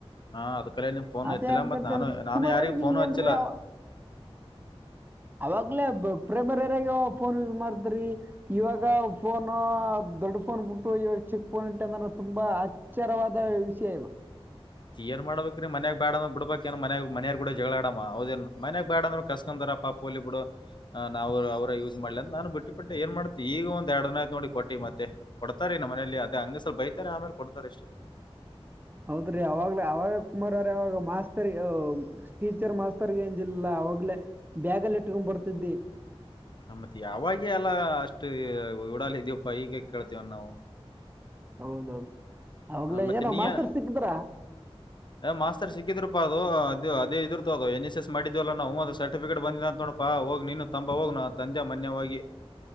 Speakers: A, on the left (about 50°); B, on the right (about 20°).
A: ಹಾ ಅದ್ಕಲೆ ನಿಮ್ ಫೋನ್
B: ಅದೇ
A: ಎತ್ತಿಲ್ಲ
B: ಅನಕೋತ್ತಿವ
A: ಮತ್ ನಾನು ನಾನು
B: ಕುಮಾರ್ರೆ
A: ಯಾರಿಗ್
B: ನೀವ
A: ಫೋನು ಹಚ್ಚಿಲ್ಲ
B: ಏನ್ರಿ ಯಾವ ಅವಾಗ್ಲೇ ಪ್ರೇಮರಾಗ ಫೋನ್ ಯೂಸ್ ಮಾಡದ್ರಿ ಇವಾಗ ಫೋನ್ ದೊಡ್ಡ ಫೋನ್ ಇವಾಗ ಚಿಕ್ ಫೋನ್ ಇಟಗಂಡಾನ ತುಂಬಾ ಆರ್ಚ್ಚರವಾದ ವಿಷಯ ಇದು
A: ಏನ್ ಮಾಡಬೇಕ್ರೀ ಮಯಾಗ ಬೇಡಂದ್ ಬಿಡ್ಬೇಕೆನ್ ಮನ್ಯಾರ್ ಗೂಡ ಜಗಳ ಆಡಮ್ಮ ಹೌದೇಏ ಮನ್ಯಾಗ ಬೇಡಂದರು ಕಸ್ಕಂದಾರ ಪಾಪ್ ಹೋಗ್ಲಿ ಬಿಡು ನಾವು ಅವರ ಯೂಸ್ ಮಾಡ್ಲಿ ನಾನು ಬಿಟ್ಟು ಬಿ ಪಟ್ಟ ಏನ್ ಮಾಡ್ತಿ ಈಗ ಒಂದ ಎರಡ್ ದಿನ್ತ್ ನೋಡಿ ಕೊಟ್ಟ ಮತ್ತೆ ಕೊಡ್ತಾರೆ ನಮ್ಮನಲಿ ಅದ ಹಂಗೆ ಸ್ವಲ್ಪ ಬೈತಾರೆ ಆಮೇಲೆ ಕೊಡ್ತಾರೆ ಅಷ್ಟೇ
B: ಹೌದ್ರಿ ಅವಾಗ್ಲ ಅವಾಗ ಕುಮಾರ್ ಅವ್ರ ಅವಾಗ ಮಾಸ್ತರಿ ಟೀಚರ್ ಮಾಸ್ತರ್ಗೆ ಏಂಜಿಲ್ಲಾ ಅವಾಗ್ಲೇ ಬ್ಯಾಗಲ್ಲಿ ಇಟ್ಕೊಂಡ್ ಬರ್ತಿದಿ
A: ಆಮ್ಮತ್ ಯಾವಾಗ ಎಲ್ಲಾ ಅಷ್ಟು ಉಡಾಲ ಇದ್ಯವಪ್ಪ ಹೀಗೆ ಯಾಕ್ ಕೇಳ್ತೀವ ನಾವು
B: ಹೌದೌಹೌದು ಅವಾಗಲ
A: ಮತ್ತೆ
B: ಏನ
A: ನೀ
B: ಮಾಸ್ತರ್ ಸಿಕ್ದ್ರ
A: ಮಾಸ್ತರ್ ಸಿಕ್ಕಿದ್ರುಪ ಅದು ಅದು ಅದೇ ಇದ್ರತ ಅದು ಎಸ್ ಎಸ್ ಮಾಡಿದ್ವಲ್ಲ ನಾವು ಅದು ಸರ್ಟಿಫಿಕೇಟ್ ಬಂದದ ಅಂತ ನೋಡ. ಪಾ ಹೋಗ್ ನೀನು ತಂಬಾ ಹೋಗ್ ನ ತಂದೆ ಮನ್ಯ ಹೊಗಿ